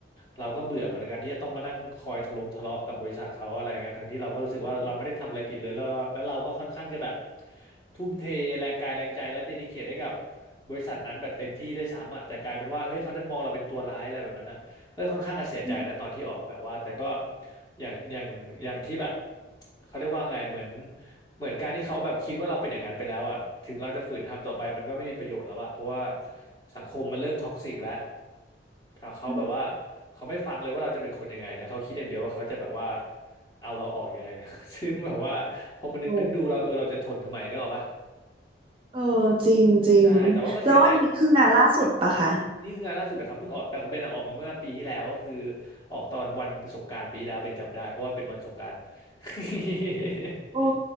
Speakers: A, on the left; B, on the right.
A: เราก็เบื่อเหมือนกันที่จะต้องมานั่งคอยทะลงทะเลาะกับบริษัทเขาอะไรอย่างนั้นทั้งที่เราก็รู้สึกว่าเราไม่ได้ทำอะไรผิดเลยแล้วเราแล้วเราก็ค่อนข้างจะแบบทุ่มเทแรงกายแรงใจและเดดิเคทให้กับบริษัทนั้นแบบเต็มที่ด้วยซ้ำอ่ะแต่กลายเป็นว่าเฮ้ยเขาดันมองเราเป็นตัวร้ายอะไรแบบนั้นอะ ก็ค่อนข้างจะเสียใจนะตอนที่ออกแบบว่าแต่ก็
B: อืม
A: อย่างอย่างอย่างที่แบบเขาเรียกว่าไงเหมือนเหมือนการที่เขาแบบคิดว่าเราเป็นอย่างนั้นไปแล้วอ่ะถึงเราจะฝืนทำต่อไปมันก็ไม่มีประโยชน์แล้วอ่ะเพราะว่าสังคมมันเริ่มท็อกซิกแล้วเขาเขาแบบว่า
B: อืม
A: เขาไม่ฟังเลยว่าเราจะเป็นคนยังไงนะเขาคิดอย่างเดียวว่าเขาจะแบบว่าเอาเราออกยังไง <laughs> ซึ่งแบบว่าพอมันนึกนึกดูเราเออเราจะทนทำไมเนกอะปะ
B: โอ้เออจริงจริง
A: ใช่แต่ว่าก็เสียใจ
B: แล้วอันนี้คืองานล่าสุดปะคะ
A: ครับนี่คืองานล่าสุดนะครับเพิ่งออกแต่ของเบนอะออกมาเมื่อปีที่แล้วก็คือออกตอนวันสงกรานต์ปีที่แล้วเบนจำได้เพราะมันเป็นวันสงกรานต์ <laughs>
B: ออ